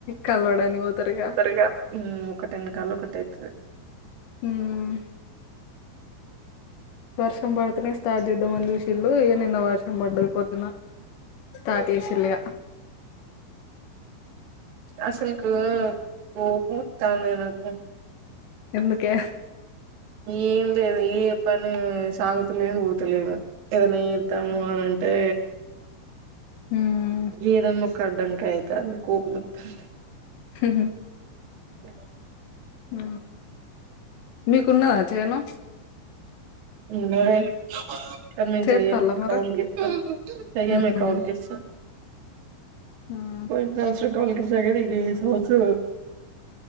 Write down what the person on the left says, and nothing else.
కలవడానికి పోతారు ఇక
ఉమ్ వర్షం పడితేనే స్టార్ట్ చేద్దాంమని చూషిలు, ఇగా నిన్న వర్షం పడ్డది పొద్దున. పార్టీ చేసిలు ఇగా
ఎందుకే
ఉమ్
ఉ హు
అ మీకున్నదా? చేను
చేత్తల్ల
మరి
ఉహు
ఉమ్